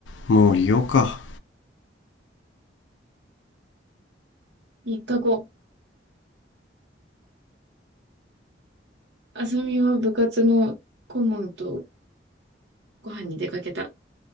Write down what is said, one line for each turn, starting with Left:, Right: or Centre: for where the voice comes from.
Left: もう利用か。
Right: 3日後、あさみは部活の顧問とご飯に出かけた。